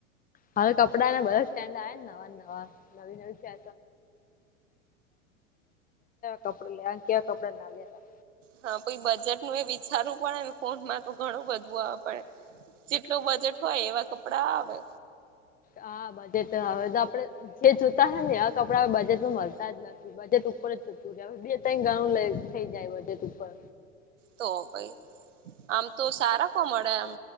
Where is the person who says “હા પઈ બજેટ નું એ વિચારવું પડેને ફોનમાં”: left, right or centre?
Right